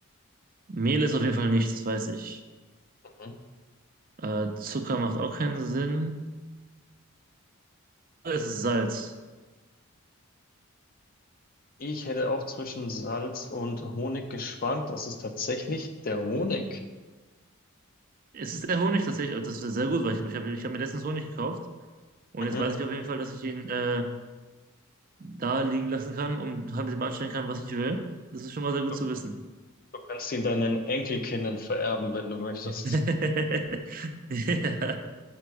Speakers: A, on the right; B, on the left.
A: Mehl ist auf jeden Fall nichts, das weiß ich.
B: Mhm.
A: Äh, Zucker macht auch keinen Sinn. Es ist Salz.
B: Ich hätte auch zwischen Salz und Honig geschwankt. Es ist tatsächlich der Honig.
A: Es ist der Honig tatsächlich, das ist sehr gut, weil ich, ich habe ich hab mir letztens Honig gekauft und
B: Mhm.
A: jetzt weiß ich auf jeden Fall, dass ich ihn äh, da liegen lassen kann und halt mit ihm anstellen kann, was ich will. Das ist schon mal sehr gut
B: Du,
A: zu wissen.
B: du kannst ihn deinen Enkelkindern vererben, wenn du möchtest.
A: <laughs> Ja,